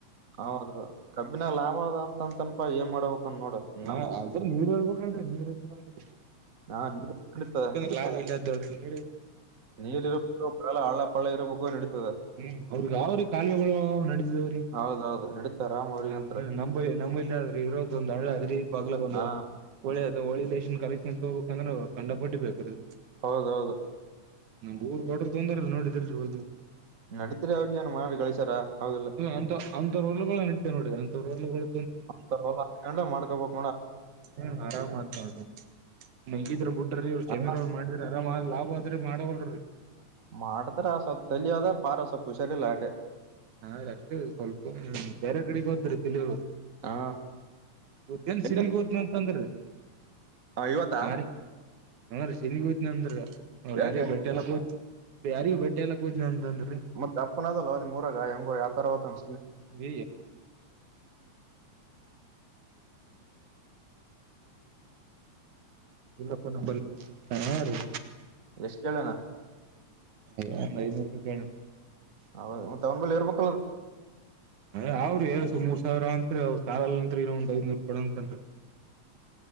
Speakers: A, on the right; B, on the right.
A: ಹೌದೌದು ಕಬ್ಬಿನ ಲಾಭ ಅದ ಅಂತಂತನಪಾ ಏನ್ ಮಾಡ್ಬೇಕು ಅಂತ ನೋಡು ನಮ್
B: ಹಾ ನೀರ್ ಇರ್ಬೇಕಿ ನೀರ್ ಎಂದ್ರರಿ
A: ನಾ ನಡೀತದ
B: ಲಾ ಇಲ್ಲ ದೊಡ್ಡ ನೀ
A: ನೀರ್ ಇರಬೇಕ ಬರಳ ಹಳ್ಳ ಪಳ್ಳ ಇರಬೇಕು ನಡತದೆ
B: ಹ್ಮ ಅವ್ರಗ ಯಾವ್ರೀ ಕಾಲುವೆಗಳು ನಡದಿದಾವ್ರೀ
A: ಹೌದೌದು ನಡೀತಾರ ಅವ್ರಿಗೆ
B: ನ
A: ಅಂತ
B: ನ ನಮ್ಮ ಆದ್ರ ಇವತ್ತೊಂದು ಹಳ ಅದ ಬಗ್ಲ ಒಂದು
A: ಹಾ
B: ಒಳ್ಳೆ ಅದ ಒಳಿ ಲೇಶನ್ ಕಲೆಕ್ಷನ್ ತಗೋಗ್ಬೇಕ ಅಂದ್ರೆ ಕಂಡಪಟ್ಟಿ ಬೇಕ್ರೀ
A: ಹೌದೌದು.
B: ನಮ್ ಊರ್ ಬಡ್ರ ತೊಂದ್ರಲ್ಲ ನೋಡಿದ್ರ ಒದು.
A: ನಡೀತರಿ ಅವ್ರಿಗೆ ಏನು ಮಾಡಾ ಕಳಿಸಾರ ಹೌದಲ್ಲ.
B: ಅಂತ ಅಂತವ್ರ ಹೊಲಗಳ ನಡಿತಾವ ನೋಡ್ರಿ ಅಂತವ್ರ ಹೊಲಗಳ
A: <unintelligible>
B: ಹ್ಮ್ ಆರಾಮ ಆತ ನೋಡ್ರಿ. ನಂಗಿದ್ರ ಬಿಟ್ರೀ ಇ್ರ ಸಮೀರ್
A: ಅಲ್ಲ
B: ಮಾಡಿದ್ರಿ ಆರಾಮ್ ಲಾಭ ಆದದ್ರಿ ಮಾಡವಲ್ರರಿ.
A: ಮಾಡಟದರ ಆಸ ತಲಿಯಾದ ಪಾರಸ ಪುಷರಿ ಇಲ್ಲ ಅಟೆ.
B: ಹಾ ಅಷ್ಟೇ ಸ್ವಲ್ಪ ಬೇರೆ ಕಡೆಗೆ ಹೋದ್ರ ತಿಳರು.
A: ಹಾ
B: ಗೊತ್ತೇನ್
A: ಎಲ್ಲಿ
B: ಸಿನಗ್ ಗೊತ್ನ ಅಂತಂದ್ರ
A: ಇವತ್ತಾ
B: ಹ ರೀ. ಹಾ ರಿ ಸಿರಿಗ ಹೋಗ್ತೇನ ಅಂದ್ರ ರಿ ಅವ್ರ
A: ಯಾಕೆ
B: ಯಾರಿಗೆ ಬೆಟ್ಟೆ ಎಲ್ಲಾ ಕೂತ್ ಯಾರಿಗೆ ಬ ಬೆಟ್ಟಿ ಆಗ್ಲಾಕಾ ಹೋಗ್ತೇನ ಅಂತ.
A: ಮತ್ತ ಅಪ್ಪನ ಅದಲ್ಲ ನಿಮ್ಮೂರಾಗ ಹೆಂಗೋ ಯಾವ ತರಾ ಹೋಗ್ತಾನ.
B: <unintelligible> <inaudible> ಇಲ್ಲಾ ಪಾ ನಾ ಬರಲ್ಲಾ ಹಾ ರಿ.
A: ಎಷ್ಟ ಹೇಳಣ.
B: ಯ ಒಂದ ಐನೂರು ರೂಪಾಯಿ ಕೇಳ್ಯನ.
A: ಹೌದು ಮತ್ತ ಅವ್ನಲ್ಲಿ ಇರ್ಬೇಕ
B: ಹ ಅವ್ರಿ ಹಳ್ಸ ಮೂರ್ ಸಾವಿರ ಅತ್ರಿ ಅವ ಸಾರಲ್ತ್ರಿ ಇನ್ನು ಒಂದ್ ಐದನೂರು ಕೊಡ ಅಂತನ್ರಿ.